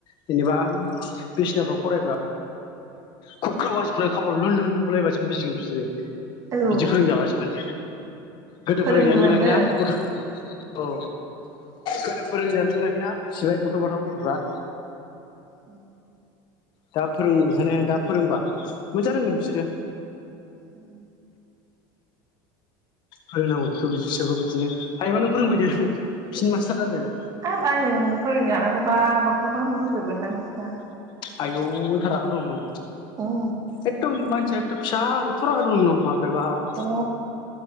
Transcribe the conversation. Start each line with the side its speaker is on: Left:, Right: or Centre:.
Left: जेनेबा बिसिनाफ्राव फरायबा खुग्राव खबर <unintelligible> लुन लुन बुलायबासो बुजिगोन बिसोरो
Right: औ
Left: बिदिफोरों जाबासो मोन गोदो
Right: फोरोंगोन
Left: <unintelligible> जानो मोनाखैना
Right: नोंनो
Left: गथ' औ गोदो फोरोंजानो मोनाखैना सिबाय अन्थाव बाथाव गथ'फ्रा
Right: औ
Left: दा फोरों <unintelligible> दा फोरोंबा मोजां रोंगोन बिसोरो
Right: उम
Left: फोरोंनांगौ बेखौ बिसोरखौ बिदिनो हायोबा नों फोरोंफैदो बिसोरनि मास्टार जादो
Right: हाब आंजों फोरोंजानांगौबा मोखांफ्रानो रुजोबगोनदां बिसोरना
Left: आयौ रागार उ नो
Right: उम
Left: एद' माने <inaudible> बेभाब
Right: दङ